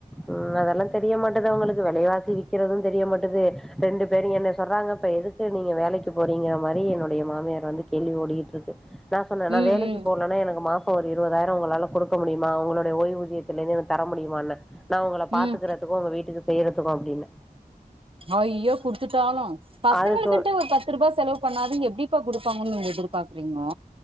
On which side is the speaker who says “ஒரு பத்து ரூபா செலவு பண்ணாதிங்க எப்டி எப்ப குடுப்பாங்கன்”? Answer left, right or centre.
Right